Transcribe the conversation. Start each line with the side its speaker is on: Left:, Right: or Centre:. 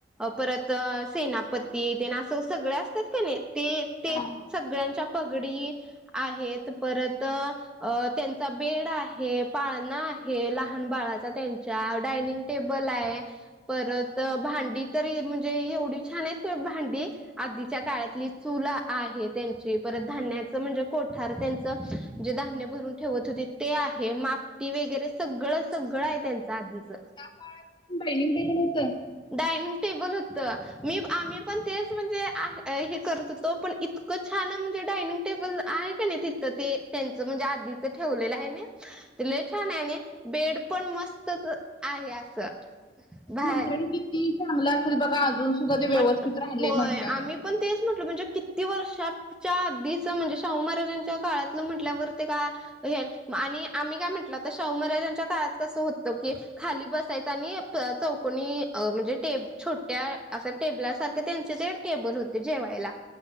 Centre: परत सेनाप ते ते नासव सगळे असतात का नाही ते ते
Left: हा
Centre: सगळ्यांच्या पगडी आहेत. परत अ त्यांचा बेड आहे. पाळणा आहे. लहान बाळाचा त्यांच्या डायनिंग टेबल आहे. परत भांडी तरी म्हणजे एवढी छान आहेत भांडी आधीच्या काळातली चूल आहे त्यांची परत धान्याचं म्हणजे कोठार त्यांच जे धान्य भरून ठेवत होते ते आहे. मापटी वगैरे सगळं सगळं आहे त्यांच आधीच.
Left: त्या काळात डायनिंग टेबल होत?
Centre: डायनिंग टेबल हुत मी आम्ही पण तेच म्हणजे हा करत होतो, पण इतकं छान म्हणजे डायनिंग टेबल आहे कणी ति त ते त्यांचं म्हणजे आधीच ठेवलेलं आहे न. लई छान आणि बेड पण मस्तच आहे अस बाहे
Left: मटेरियल किती चांगलं असल बघा अजून सुद्धा ते व्यवस्थित
Centre: मग
Left: राहिल
Centre: होय
Left: म्हटल्यावर.
Centre: आम्ही पण तेच म्हटलं म्हणजे किती वर्षा च्या अधीच म्हणजे शाहू महाराजांच्या काळातलं म्हटल्यावर ते का हे आणि आम्ही काय म्हंटलं तर शाहू महाराजांच्या काळात कसं होतं की खाली बसायच आणि चौकोनी म्हणजे टेब छो त्या असं टेबला सारख त्यांचे ते टेबल होते जेवायला.